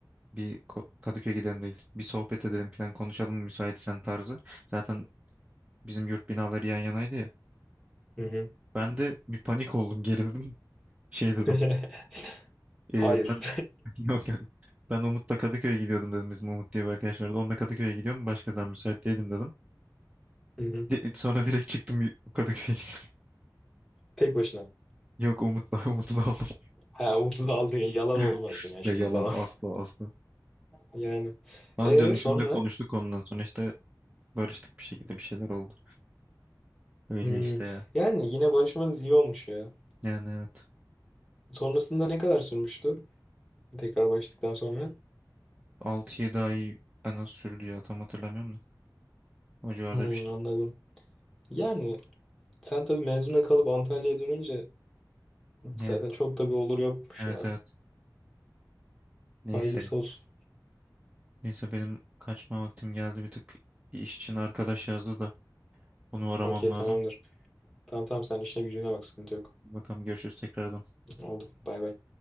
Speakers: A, on the right (about 20°); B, in the centre.
A: Bir ko- Kadıköy'e gidelim değil. Bir sohbet edelim falan konuşalım mı müsaitsen tarzı. Zaten bizim yurt binaları yan yanaydı ya.
B: Hı hı.
A: Ben de bir panik oldum gerildim. <laughs> Şey dedim.
B: <laughs>
A: "Ee,
B: Hayır.
A: ben <laughs> yok yok. Ben Umut'la Kadıköy'e gidiyordum dedim. Bizim Umut diye bir arkadaş vardı. Onunla Kadıköy'e gidiyorum. Başka zaman müsait değilim dedim.
B: <laughs> Hı hı.
A: Di- Sonra direkt çıktım Kadıköy'e.
B: Tek başına.
A: <laughs> Yok Umut'la <laughs> Umut'la aldım.
B: Ha ucuz aldı yalan
A: <laughs>
B: olmasın ya şimdi
A: Ya yalan
B: falan. <laughs>
A: asla asla.
B: Yani
A: Ama
B: e
A: dönüşünde
B: sonra
A: konuştuk ondan sonra işte barıştık bir şekilde bir şeyler oldu. Öyle
B: Hmm,
A: işte ya.
B: yani yine barışmanız iyi olmuş ya.
A: Yani evet.
B: Sonrasında ne kadar sürmüştü? Tekrar barıştıktan sonra.
A: Altı yedi ay en az sürdü ya tam hatırlamıyorum da. O civarda
B: Hmm,
A: bir şey.
B: anladım. Yani sen tabii mezuna kalıp Antalya'ya dönünce
A: Yani
B: zaten çok da bir olur yokmuş
A: evet
B: ya.
A: evet. Neyse
B: Hayırlısı
A: ya.
B: olsun.
A: Neyse benim kaçma vaktim geldi bir tık. Bir iş için arkadaş yazdı da onu aramam
B: Okey
A: lazım.
B: tamamdır. Tamam tamam sen işine gücüne bak sıkıntı yok.
A: Bakalım görüşürüz tekrardan.
B: Oldu. Bay bay.